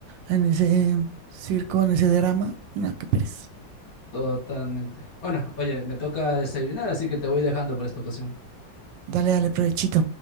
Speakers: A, on the right; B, on the left.
A: en ese circo, en ese drama. No, qué pereza.
B: Totalmente. Bueno, oye, me toca desayunar, así que te voy dejando por esta ocasión.
A: Dale, dale, provechito.